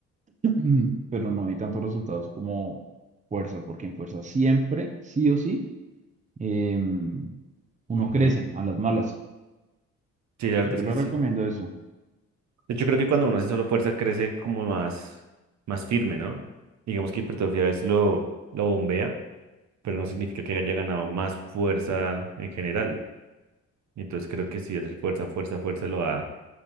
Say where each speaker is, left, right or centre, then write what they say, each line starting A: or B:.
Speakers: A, on the right; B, on the right.
A: Mm, pero no hay tantos resultados como fuerza, porque en fuerza siempre, sí o sí, em, uno
B: Ujú.
A: crece a las malas.
B: Sí, la verdad
A: Entonces,
B: es
A: yo
B: que
A: le
B: sí.
A: recomiendo eso.
B: De hecho, creo que cuando uno hace solo fuerza crece como más, más firme, ¿no? Digamos que hipertrofia a veces lo, lo bombea, pero no significa que haya ganado más fuerza en general. Entonces creo que sí, hacer fuerza, fuerza, fuerza lo va